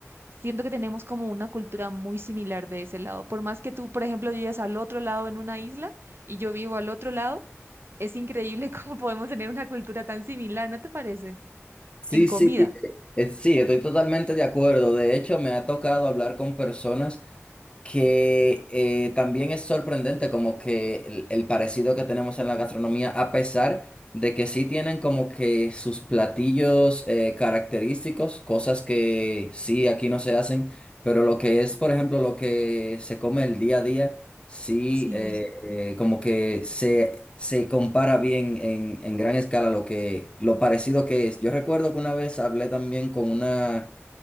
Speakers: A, on the right; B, on the left.
A: siento que tenemos como una cultura muy similar de ese lado. Por más que tú, por ejemplo, vives al otro lado en una isla y yo vivo al otro lado. Es increíble <laughs> cómo podemos tener una cultura tan similar, ¿no te parece?
B: Sí,
A: En comida.
B: sí, eh, sí, estoy totalmente de acuerdo. De hecho, me ha tocado hablar con personas. que eh, también es sorprendente como que el, el parecido que tenemos en la gastronomía, a pesar de que sí tienen como que sus platillos eh, característicos, cosas que sí aquí no se hacen, pero lo que es, por ejemplo, lo que se come el día a día, sí
A: Sí,
B: eh, eh, como que se, se compara bien en, en gran escala lo que, lo parecido que es. Yo recuerdo que una vez hablé también con una